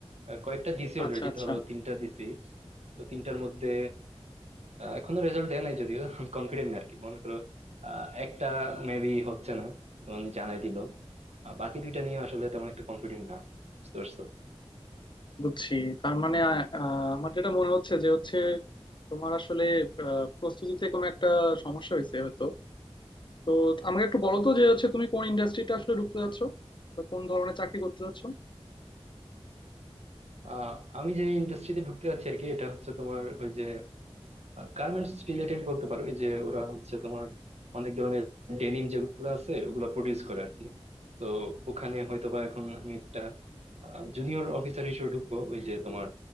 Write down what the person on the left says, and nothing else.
আচ্ছা আচ্ছা
বুঝছি তার মানে আহ, আমার যেটা মনে হচ্ছে যে হচ্ছে তোমার আসলে আহ, প্রস্তুতিতে কোনো একটা সমস্যা হয়েছে হয়তো তো আমাকে একটু বলো তো যে হচ্ছে তুমি কোন ইন্ডাস্ট্রিটা আসলে ঢুকতে যাচ্ছ বা কোন ধরনের চাকরি করতে যাচ্ছ